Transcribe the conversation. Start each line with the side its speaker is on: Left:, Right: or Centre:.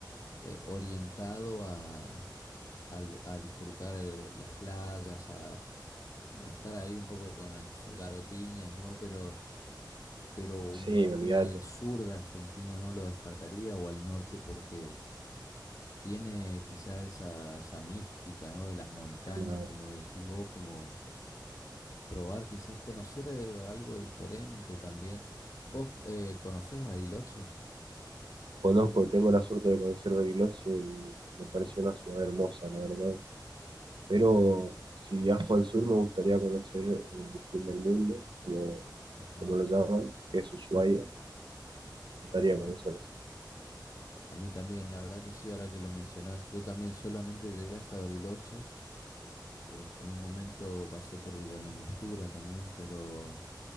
Left: eh, orientado a, al- a disfrutar eh, las playas, a bueno, estar ahí un poco con las garotiñas, ¿no? Pero, pero un
Right: Sí,
Left: viaje
Right: olvídate.
Left: al sur de Argentina no lo descartaría o al norte porque tiene quizá esa, esa mística, ¿no? De las montañas,
Right: La
Left: como decís vos, como probar, quizás conocer eh, algo diferente también. ¿Vos eh, conocés Bariloche?
Right: conozco, tengo la suerte de conocer Bariloche y me pareció una ciudad hermosa, la verdad. Pero si viajo al sur me gustaría conocer eh, el fin del mundo, como,
Left: Ajá,
Right: como lo llaman, que es Ushuaia. Me gustaría
Left: Ushuaia.
Right: conocer eso.
Left: A mí también, la verdad que sí, ahora que lo mencionás, yo también solamente llegué hasta Bariloche. u- En un momento pasé por Villa La Angostura también, pero